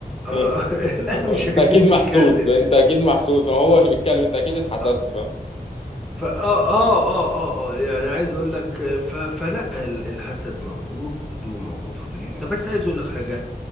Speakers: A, in the centre; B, on the left (about 40°).
A: آه
B: <laughs>
A: <laughs> لا
B: اللي
A: مش
B: هو انت
A: عايزين
B: اكيد
A: نتكلم
B: محسود انت
A: يعني
B: اكيد محسود فهو
A: اه
B: اللي بيتكلم انت اكيد اتحسدت
A: اه
B: فاهم
A: فآه اه اه اه آه، آه، يعني عايز اقول لك آه، ف- فلا ال- الحسد موجود وموجود في دنيتنا بس عايز اقول لك حاجة